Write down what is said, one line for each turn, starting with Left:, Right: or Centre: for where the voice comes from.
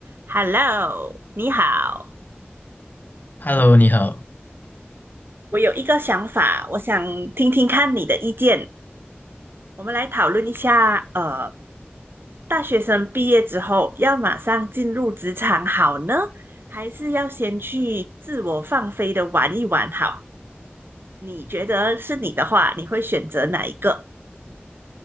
Right: Hello，你好，
Left: Hello，你好。
Right: 我有一个想法，我想听听看你的意见。我们来讨论一下，呃，大学生毕业之后要马上进入职场好呢，还是要先去自我放飞的玩一玩好？你觉得是你的话，你会选择哪一个